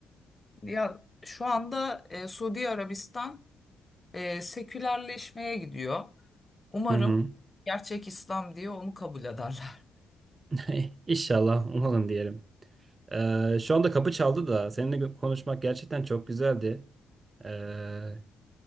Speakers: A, on the left; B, on the right.
A: Ya şu anda e, Suudi Arabistan e, sekülerleşmeye gidiyor. Umarım
B: Hı hı.
A: gerçek İslam diye onu kabul ederler.
B: <laughs> Eh, İnşallah umalım diyelim. Ee, şu anda kapı çaldı da seninle gö- konuşmak gerçekten çok güzeldi. Ee,